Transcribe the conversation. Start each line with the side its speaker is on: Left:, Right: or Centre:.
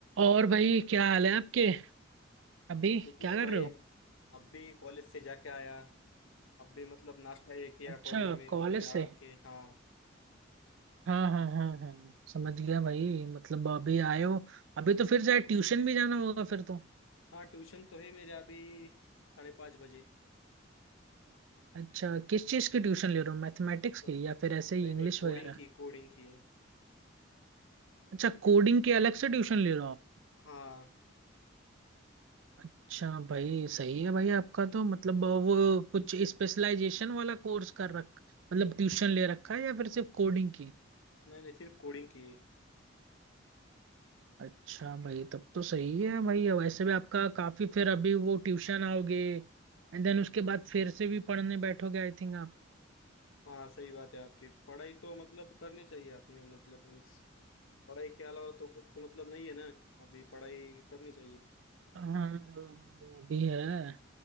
Right: और भाई क्या हाल है आपके अभी
Left: कुछ नहीं
Right: क्या कर
Left: भाई
Right: रहे हो
Left: अब भी कॉलेज से जाके आया अब भी मतलब नाश्ता ये किया
Right: अच्छा
Left: कॉलेज में
Right: कॉलेज
Left: फिर आके
Right: से
Left: हाँ
Right: हाँ हाँ हाँ हाँ समझ गया भाई मतलब अभी आए हो अभी तो फिर शायद ट्यूशन भी जाना होगा फिर तो
Left: हाँ ट्यूशन तो है मेरे अभी साढ़े पाँच बजे
Right: अच्छा किस चीज़ की ट्यूशन ले रहे हो मैथमेटिक्स
Left: मतलब
Right: की या फिर ऐसे
Left: नहीं
Right: ही इंग्लिश
Left: नहीं कोडिंग
Right: वगैरह
Left: की कोडिंग की है
Right: अच्छा कोडिंग की अलग से ट्यूशन ले रहे हो आप
Left: हाँ
Right: अच्छा भाई सही है भाई आपका तो मतलब वो कुछ स्पेशलाइजेशन वाला कोर्स कर रख मतलब ट्यूशन ले रखा है या फिर सिर्फ कोडिंग की
Left: नहीं नहीं सिर्फ कोडिंग की है
Right: अच्छा भाई तब तो सही है भाई वैसे भी आपका काफी फिर अभी वो ट्यूशन आओगे एंड देन उसके बाद फिर से भी पढ़ने बैठोगे आई थिंक आप
Left: हाँ सही बात है आपकी पढ़ाई तो मतलब करनी चाहिए आपने मतलब means पढ़ाई के अलावा तो कुछ मतलब नहीं है ना अभी पढ़ाई करनी चाहिए
Right: हाँ वो भी है